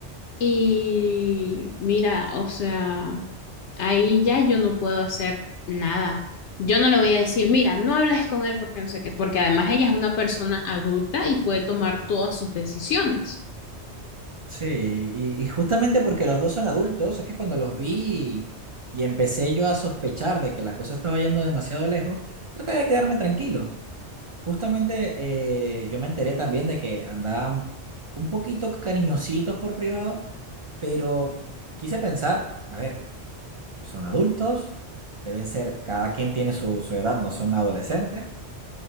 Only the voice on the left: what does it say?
Y mira, o sea, ahí ya yo no puedo hacer nada. Yo no le voy a decir, mira, no hables con él porque no sé qué, porque además ella es una persona adulta y puede tomar todas sus decisiones.